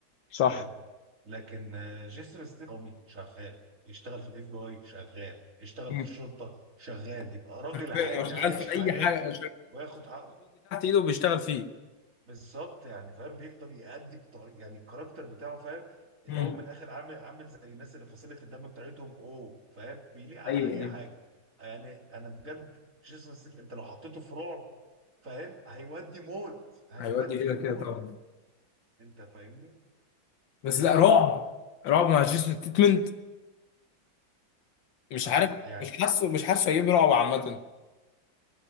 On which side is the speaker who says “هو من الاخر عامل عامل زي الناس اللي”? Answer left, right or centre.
Right